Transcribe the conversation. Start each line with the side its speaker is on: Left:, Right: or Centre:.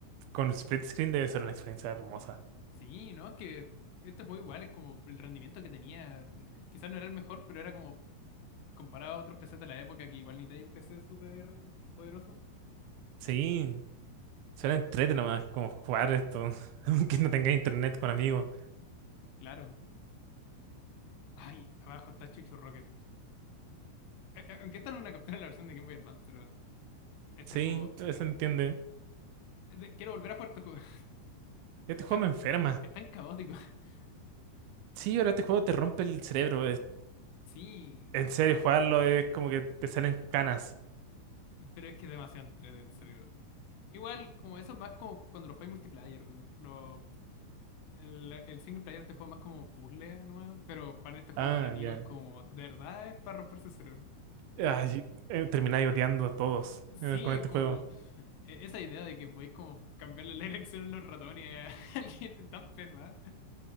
Right: con split screen, debe ser una experiencia hermosa.
Left: sí, ¿no? Es que este juego igual es como el rendimiento que tenía. Quizás no era el mejor, pero era como comparado a otros PCs de la época que igual ni tenía un PC súper poderoso.
Right: Sí, suena entrete nomás, como jugar esto, <laughs> aunque no tenga internet con amigos.
Left: Claro. Ay, abajo está Chucho Rocket. Eh, eh, aunque esta no es una captura de la versión de Game Boy Advance, pero este
Right: Sí,
Left: juego... n-
Right: se entiende.
Left: de- Quiero volver a jugar este juego. <laughs>
Right: Este
Left: Es
Right: juego
Left: tan,
Right: me enferma.
Left: es tan caótico. <laughs>
Right: Sí, ahora este juego te rompe el cerebro.
Left: Sí,
Right: En serio, jugarlo es como que te salen canas.
Left: Pero es que es demasiado entretenido, en serio. Igual, como eso es más como cuando lo juegas multiplayer. Lo, el, el single player te juega más como puzzle nomás. Pero jugar este juego
Right: Ah,
Left: con amigos
Right: ya.
Left: es como, de verdad, es para romperse el cerebro.
Right: Ay, eh, termináis odiando a todos
Left: Sí,
Right: eh, con este
Left: como
Right: juego.
Left: e- esa idea de que podéis como cambiarle la dirección en los ratones a <laughs> alguien es tan pesada.